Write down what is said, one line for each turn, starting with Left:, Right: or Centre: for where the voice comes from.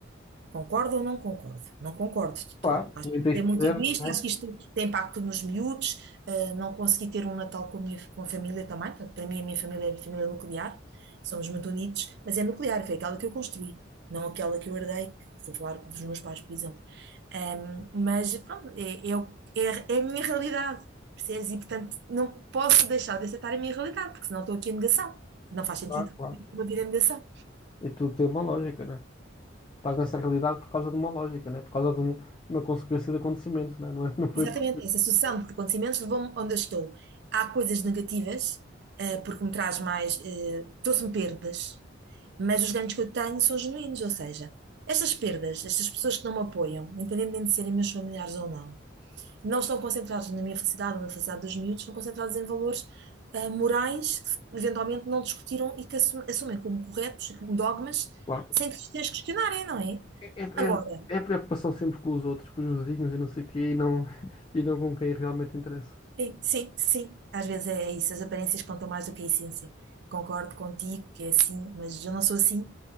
Right: Concordo ou não concordo? Não concordo de
Left: Claro,
Right: todo. Acho
Left: nem
Right: que isto
Left: tens
Right: é muito
Left: poder,
Right: egoísta,
Left: não é?
Right: acho que isto tem impacto nos miúdos. eh, não consegui ter um Natal com a minha, com a família também. Portanto, para mim, a minha família é família nuclear. Somos muito unidos, mas é nuclear, foi aquela que eu construí, não aquela que eu herdei, que estou a falar dos meus pais, por exemplo. Ahm, mas pronto, é, é, o- é, é a minha realidade, percebes? E portanto, não posso deixar de aceitar a minha realidade, porque senão estou aqui em negação. Não faz sentido.
Left: Claro, claro.
Right: Vou vir em negação.
Left: E tudo tem uma lógica, né é? Estás nessa realidade por causa de uma lógica, né Por causa de um- uma consequência de acontecimentos, não é? Não é- não foi
Right: Exatamente,
Left: por...
Right: essa sucessão de acontecimentos levou-me onde eu estou. Há coisas negativas, eh, porque me traz mais, eh, trouxe-me perdas, mas os ganhos que eu tenho são genuínos, ou seja, estas perdas, estas pessoas que não me apoiam, independentemente de serem meus familiares ou não, não estão concentrados na minha felicidade ou na felicidade dos miúdos, estão concentrados em valores, eh, morais que eventualmente não discutiram e que assu- assumem como corretos e como dogmas,
Left: Claro.
Right: sem que os tenhas questionarem, não é?
Left: É, é,
Right: Agora,
Left: é é a preocupação sempre com os outros, com os vizinhos e não sei o quê, e não, <laughs> e não com quem realmente interessa.
Right: Sim, sim, sim. Às vezes é isso, as aparências contam mais do que a essência. Concordo contigo que é assim, mas eu não sou assim